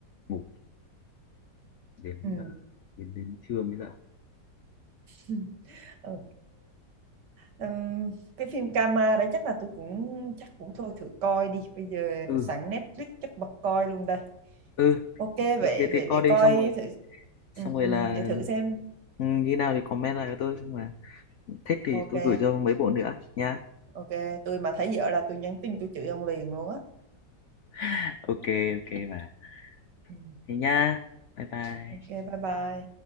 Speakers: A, on the left; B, on the right.
A: ngủ đến
B: Ừ.
A: à, đến đến trưa mới dậy
B: Ừ. Ừ. Ừm, cái phim Kama đấy chắc là tôi cũng chắc cũng thôi thử coi đi bây giờ
A: ừ
B: sẵn Netflix chắc bật coi luôn đây
A: ừ
B: ok vậy
A: thì thì,
B: vậy
A: thì coi
B: để
A: đi
B: coi
A: xong rồi
B: thử
A: xong
B: ừ,
A: rồi
B: ừ,
A: là
B: để thử xem
A: ừ, như nào thì comment lại với tôi xong mà thích thì
B: ok
A: tôi gửi cho mấy bộ nữa nha
B: ok tôi mà thấy vợ là tôi nhắn tin tôi chửi ông liền luôn á
A: <laughs> ok ok bà
B: Ừ.
A: thế nha bye bye
B: ok bye bye